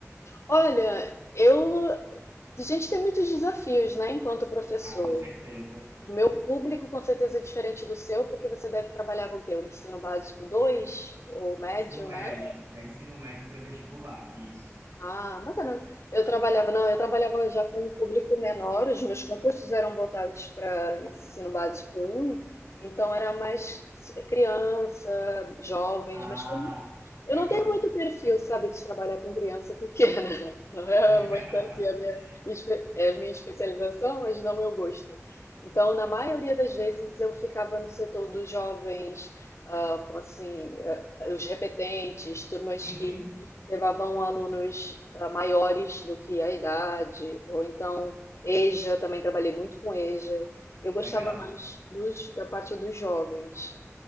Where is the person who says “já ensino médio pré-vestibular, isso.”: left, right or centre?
Right